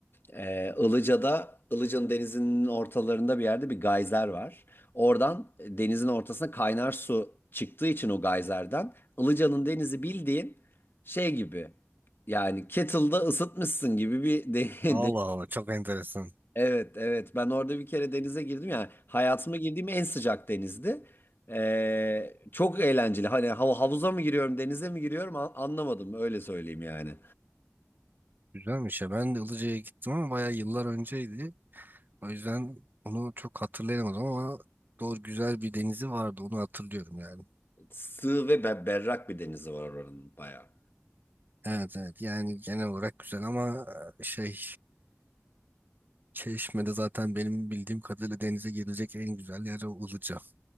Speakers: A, on the left; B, on the right.
A: Ee, Ilıca'da, Ilıca'nın denizinin ortalarında bir yerde bir gayzer var. Oradan e, denizin ortasına kaynar su çıktığı için o gayzerden Ilıca'nın denizi bildiğin şey gibi. Yani kettle'da ısıtmışsın gibi bir de,
B: Allah
A: <laughs> de-
B: Allah çok enteresan.
A: evet evet ben orada bir kere denize girdim yani hayatıma girdiğim en sıcak denizdi. Ee, çok eğlenceli. Hani hav- havuza mı giriyorum, denize mi giriyorum an- anlamadım öyle söyleyeyim yani.
B: Güzelmiş ya. Ben de Ilıca'ya gittim ama bayağı yıllar önceydi. O yüzden onu çok hatırlayamadım ama doğru güzel bir denizi vardı. Onu hatırlıyorum yani.
A: Sığ ve be- berrak bir denizi var oranın bayağı.
B: Evet evet yani genel olarak güzel ama e, şey Çeşme'de zaten benim bildiğim kadarıyla denize girilecek en güzel yer o Ilıca.